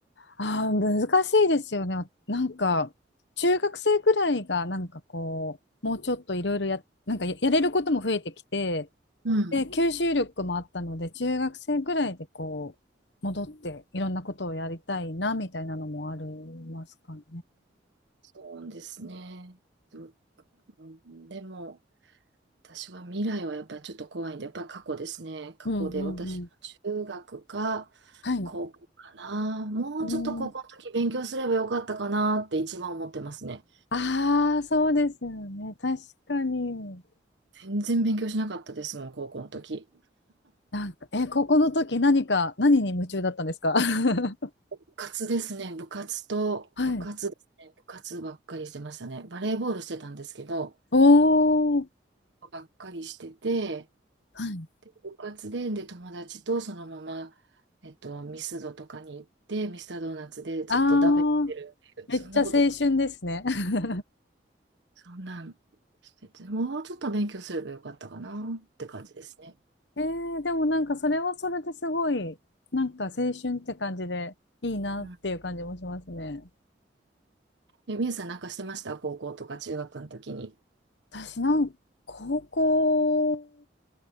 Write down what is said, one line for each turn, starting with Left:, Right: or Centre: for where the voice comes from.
Left: あ難しいですよね。なんか、中学生くらいが、なんかこう、もうちょっといろいろや、なんかやれることも増えてきて、
Right: うん。
Left: で、吸収力もあったので、中学生ぐらいでこう、戻っていろんなことをやりたいな、みたいなのもありますかね。
Right: そうですね。ううんでも、私は未来はやっぱりちょっと怖いんで、やっぱり過去ですね。過去で私も中学か
Left: うんうんうん。はい。
Right: 高校かな。もうちょっと高校の時勉強すればよかったかなって一番思ってますね。
Left: うん。ああ、そうですよね。確かに。
Right: 全然勉強しなかったですもん、高校の時。
Left: なんか、え、高校の時何か、何に夢中だったんですか <laughs>
Right: 部活ですね。部活と、
Left: はい。
Right: 部活ですね。部活ばっかりしてましたね。バレーボールしてたんですけど、
Left: おー。
Right: ばっかりしてて、
Left: はい。
Right: 部活で、で、友達とそのまま、えっと、ミスドとかに行って、ミスタードーナツでずっと食べてるっていう、
Left: ああ、めっちゃ青春ですね。
Right: そんなこと、
Left: <laughs>
Right: そんなんしてて、もうちょっと勉強すればよかったかなって感じですね。
Left: えー、でもなんかそれはそれですごい、なんか青春って感じでいいなっていう感じもしますね。
Right: うん。え、みゆさんなんかしてました高校とか中学の時に。
Left: 私なんか高校、